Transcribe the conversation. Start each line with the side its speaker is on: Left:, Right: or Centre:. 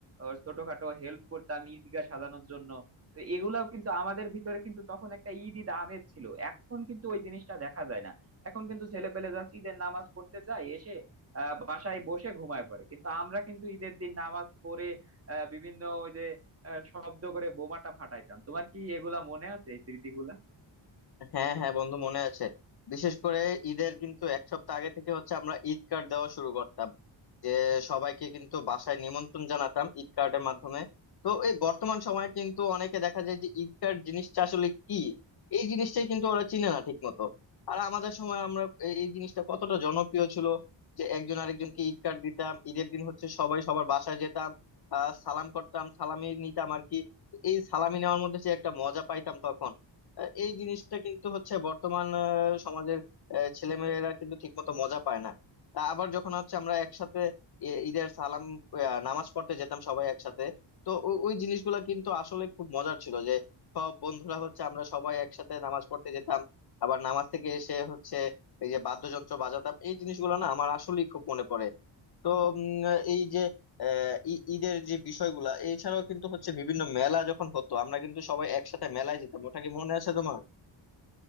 Right: ওর ছোটখাটো হেল্প করতাম ঈদগাহ সাজানোর জন্য তো এগুলাও কিন্তু আমাদের ভিতরে কিন্তু তখন একটা ঈদ ঈদ আমেজ ছিল এখন কিন্তু ওই জিনিসটা দেখা যায় না এখন কিন্তু ছেলে পেলে যাচ্ছে ঈদের নামাজ পড়তে যায় এসে আহ বাসায় বসে ঘুমায় পড়ে কিন্তু আমরা কিন্তু ঈদের দিন নামাজ পড়ে আহ বিভিন্ন ওই যে আহ, শব্দ করে বোমাটা ফাটাইতাম তোমার কি এগুলা মনে আছে এই স্মৃতিগুলা
Left: হ্যাঁ হ্যাঁ বন্ধু মনে আছে বিশেষ করে ঈদের কিন্তু এক সপ্তাহ আগে থেকে হচ্ছে আমরা ঈদ কার্ড দেওয়া শুরু করতাম যে সবাইকে কিন্তু বাসায় নিমন্ত্রণ জানাতাম ঈদ কার্ডের মাধ্যমে তো এই বর্তমান সময়ে কিন্তু অনেকে দেখা যায় যে ঈদ কার্ড জিনিসটা আসলে কি এই জিনিসটাই কিন্তু ওরা চিনে না ঠিক মতো আর আমাদের সময় আমরা এই এই জিনিসটা কতটা জনপ্রিয় ছিল যে একজন আরেকজনকে ঈদ কার্ড দিতাম ঈদের দিন হচ্ছে সবাই সবার বাসায় যেতাম আহ সালাম করতাম সালামি নিতাম আর কি এই সালামি নেওয়ার মধ্যে যে একটা মজা পাইতাম তখন আহ, এই জিনিসটা কিন্তু হচ্ছে বর্তমান আহ, সমাজের ছেলে মেয়েরা কিন্তু ঠিকমতো মজা পায় না তা আবার যখন হচ্ছে আমরা একসাথে এ- ঈদের সালাম আহ, নামাজ পড়তে যেতাম সবাই একসাথে তো ও- ওই জিনিসগুলো কিন্তু আসলে খুব মজার ছিল যে সব বন্ধুরা হচ্ছে আমরা সবাই একসাথে নামাজ পড়তে যেতাম আবার নামাজ থেকে এসে হচ্ছে এই যে বাদ্যযন্ত্র বাজাতাম এই জিনিসগুলো না আমার আসলেই খুব মনে পড়ে তো উম, এই যে আহ, ই- ঈদের যে বিষয়গুলা এছাড়াও কিন্তু হচ্ছে বিভিন্ন মেলা যখন হতো আমরা কিন্তু সবাই একসাথে মেলায় যেতাম ওটা কি মনে আছে তোমার